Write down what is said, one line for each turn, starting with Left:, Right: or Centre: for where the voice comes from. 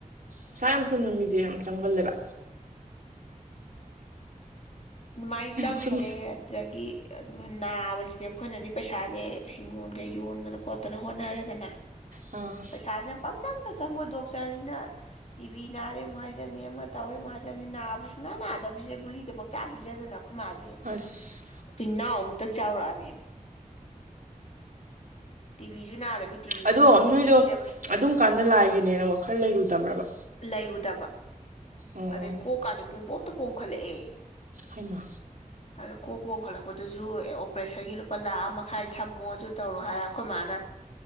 Right: ꯃꯁꯥ
Left: ꯍꯣꯏ
Right: ꯌꯥꯝ ꯁꯣꯟꯕ ꯃꯤꯁꯦ ꯌꯥꯝ ꯆꯪꯒꯜꯂꯦꯕ
Left: ꯑꯗꯨꯃꯥꯏꯅ ꯆꯪꯈ꯭ꯔꯦ
Right: ꯁꯨꯝ
Left: ꯑꯗꯨꯗꯒꯤ ꯅꯥꯕꯁꯤꯗꯤ ꯑꯩꯈꯣꯏꯅꯗꯤ ꯄꯩꯁꯥꯁꯦ ꯍꯤꯡꯒꯣꯜꯒ ꯌꯣꯟꯗꯅ ꯈꯣꯠꯇꯅ ꯍꯣꯠꯅꯔꯦꯗꯅ
Right: ꯑꯥ
Left: ꯄꯩꯁꯥꯁꯤꯅ ꯄꯪꯆꯪꯗ ꯆꯪꯕ ꯗꯣꯛꯇꯔꯁꯤꯅ ꯇꯤꯕꯤ ꯅꯥꯔꯦ ꯑꯃꯨꯛ ꯍꯥꯏꯖꯅꯤ ꯑꯃ ꯇꯧꯔꯦ ꯑꯃꯨꯛ ꯍꯥꯏꯖꯟꯅꯤ ꯅꯥꯕꯁꯨ ꯁꯨꯡꯅꯥ ꯅꯥꯗꯕꯥꯁꯤꯗ ꯒꯨꯂꯤꯗ ꯆꯥ ꯄꯤꯖꯗꯅ ꯑꯩꯈꯣꯏ ꯃꯥꯥꯁꯦ ꯍꯦꯛꯇꯥ
Right: ꯑꯁ
Left: ꯍꯨꯏꯅꯥꯎ ꯃꯨꯛꯇꯪ ꯆꯥꯎꯔꯛꯑꯅꯦꯃꯤ ꯇꯤꯕꯤꯖꯨ ꯅꯥꯗꯕꯤ ꯇꯤꯕꯤ ꯒꯨꯂꯤꯁꯨ
Right: ꯑꯗꯣ
Left: ꯄꯨꯡꯄꯤ
Right: ꯅꯣꯏꯗꯣ
Left: ꯄꯤꯖꯕ
Right: ꯑꯗꯨꯝ ꯀꯥꯟꯗ ꯂꯥꯏꯒꯤꯅꯦꯅ ꯋꯥꯈꯜ ꯂꯩꯔꯨꯗꯕ꯭ꯔꯕ
Left: ꯂꯩꯔꯨꯗꯕ
Right: ꯑꯣ
Left: ꯑꯗꯩ ꯀꯣꯛꯀꯥꯁꯦ ꯄꯨꯡꯄꯣꯛꯇ ꯄꯣꯝꯈꯠꯂꯛꯑꯦ
Right: ꯍꯥꯏꯃ
Left: ꯑꯗꯣ ꯀꯣꯛ ꯄꯣꯝꯈꯠꯂꯛꯄꯗꯨꯁꯨ ꯑꯦ ꯑꯣꯄꯔꯦꯁꯟꯒꯤ ꯂꯨꯄꯥ ꯂꯥꯛꯑ ꯃꯈꯥꯏ ꯊꯝꯃꯣ ꯑꯗꯨ ꯇꯧꯔꯣ ꯍꯥꯏ ꯑꯩꯈꯣꯏ ꯃꯥꯅ